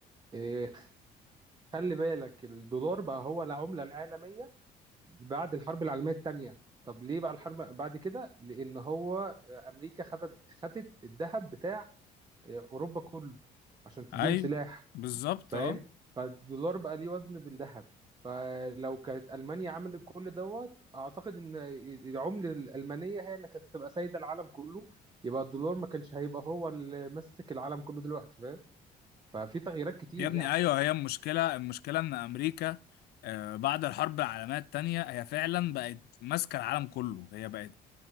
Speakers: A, on the right; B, on the left.
A: إيه، خلي بالك الدولار بقى هو العمله العالميه بعد الحرب العالميه الثانيه طب ليه بقى الحرب بعد كده لان هو آه، امريكا خدت خدت الذهب بتاع آه، اوروبا كله عشان تديهم
B: اي
A: سلاح
B: بالظبط
A: فاهم
B: اه
A: فالدولار بقى ليه وزن بالذهب فلو كانت ألمانيا عملت كل دوت أعتقد إن العملة الألمانية هي اللي كانت تبقى سايدة العالم كله يبقى الدولار ما كانش هيبقى هو اللي ماسك العالم كله دلوقتي فاهم ففي تغييرات كتير
B: يا ابني
A: يعني
B: ايوه هي المشكله المشكله ان امريكا آه، بعد الحرب العالميه التانيه هي فعلا بقت ماسكه العالم كله هي بقت